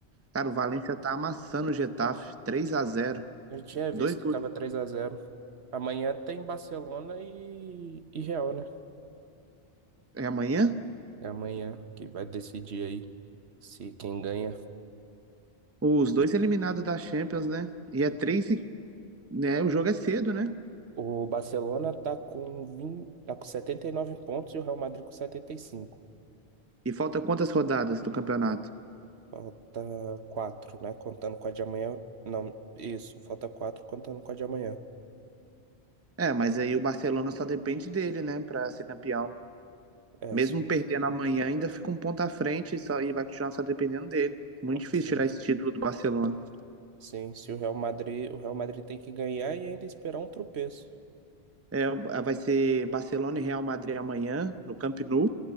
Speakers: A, on the right; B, on the right.
A: Cara, o Valência tá amassando o Getafe, 3 a zero.
B: Eu tinha visto
A: Dois
B: que
A: gols.
B: tava três a zero Amanhã tem Barcelona e, e Real, né?
A: É amanhã?
B: É amanhã que vai decidir aí se quem ganha.
A: Os dois eliminados da Champions, né? E é 3 e, né, o jogo é cedo, né?
B: O Barcelona tá com vinte, tá com 79 pontos e o Real Madrid com 75.
A: E falta quantas rodadas do campeonato?
B: Falta 4, né? Contando com a de amanhã. Não, isso, falta 4, contando com a de amanhã.
A: É, mas aí o Barcelona só depende dele, né, pra ser campeão.
B: É,
A: Mesmo
B: se,
A: perdendo
B: o-
A: amanhã, ainda fica um ponto à frente e, só, e vai continuar só dependendo dele. Muito difícil
B: sim,
A: tirar esse título do Barcelona.
B: sim, se o Real Madrid, o Real Madrid tem que ganhar e ainda esperar um tropeço.
A: É, vai ser Barcelona e Real Madrid amanhã, no Camp Nou.